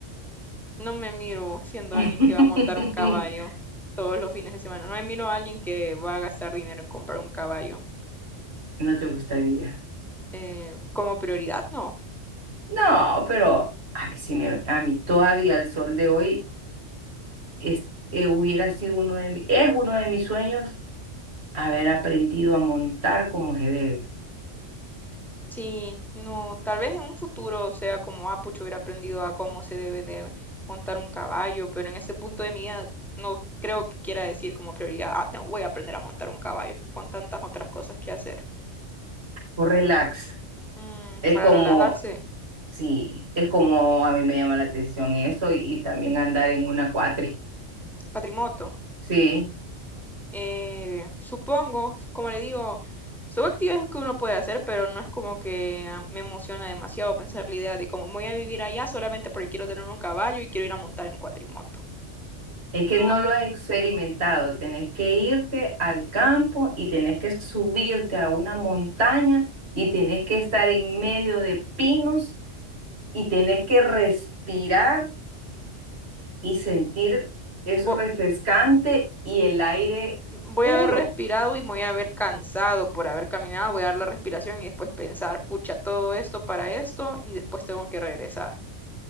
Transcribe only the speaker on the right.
<laughs>
¿No te gustaría?
No, pero a mí sí me, a mí todavía el sol de hoy. es, eh, hubiera sido uno de mi- es uno de mis sueños haber aprendido a montar como se debe,
por relax.
Es
como,
sí, es como a mí me llama la atención eso y, y también andar en una cuatri.
Sí,
es que
no
lo he experimentado. Tenés que irte al campo y tenés que subirte a una montaña y tenés que estar en medio de pinos y tenés que respirar y sentir eso
refrescante y el aire
puro.